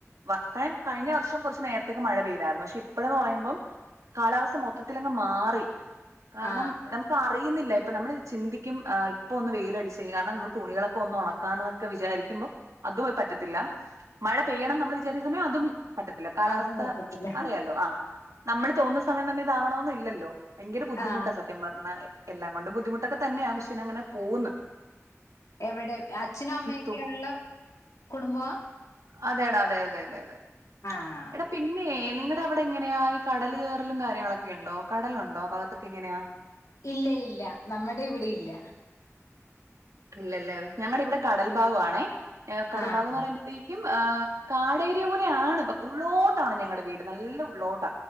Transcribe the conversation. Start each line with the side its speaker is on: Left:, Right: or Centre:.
Right: വക്കയം കഴിഞ്ഞ വർഷം കുറച്ച് നേരത്തേക്ക് മഴ പെയ്തായിരുന്നു പക്ഷെ ഇപ്പഴന്ന് പറയുമ്പം കാലാവസ്ഥ മൊത്തത്തിലങ്ങ് മാറി കാരണം
Left: ആ
Right: നമുക്ക് അറിയുന്നില്ല ഇപ്പൾ നമ്മൾ ചിന്തിക്കും ആഹ് ഇപ്പോൾ ഒന്ന് വെയിലടിച്ചെങ്കിൽ കാരണം നമ്മൾ തുണികളക്കെ ഒന്ന് ഉണക്കാന്നൊക്കെ വിചാരിക്കും കുമ്പം അതും പറ്റത്തില്ല മഴ പെയ്യണം നമ്മൾ വിചാരിന്ന സമയം അതും പറ്റത്തില്ല കാലാവസ്ഥ
Left: അതും പറ്റത്തില്ല.
Right: അറിയാലോ ആഹ് നമ്മള് തോന്നുന്ന സമയം തന്നെ ഇതാവണോന്ന് ഇല്ലല്ലോ ഭയങ്കര ബുദ്ധിമുട്ടാ
Left: ആ
Right: സത്യം പറഞ്ഞ എല്ലാം കൊണ്ട് ബുദ്ധിമുട്ടൊക്കെ തന്നെയാണ് പക്ഷേ ഇ അങ്ങനെ പോന്ന്
Left: എവിടെ അച്ഛനും അമ്മയൊക്കെയ
Right: തു
Left: ഉള്ള കുടുംബമാ
Right: അതെടാ അതെ അതെ അതെ അതെ
Left: ആഹ്
Right: എടാ പിന്നെ നിങ്ങളുടെ അവിടെ എങ്ങനെയ ഈ കടൽ കയറലും കാര്യങ്ങളൊക്കെ ഉണ്ടോ കടലുണ്ടോ ഭാഗത്തൊക്കെ എങ്ങനെയാ
Left: ഇല്ല ഇല്ല നമ്മുടെ ഇവിടെ ഇല്ല
Right: ഇല്ലല്ലേ ഞങ്ങളുടെ ഇവിടെ കടൽ ഭാഗ ആണെ കടൽ
Left: ആഹ്
Right: ഭാഗം എന്ന് പറയ്മ്പോ തേക്കും ആഹ് കാടേരിയ പോലെയാണ് ഉള്ളോട്ടാണ് ഞങ്ങളടെ വീട് നല്ല ഉള്ളോട്ട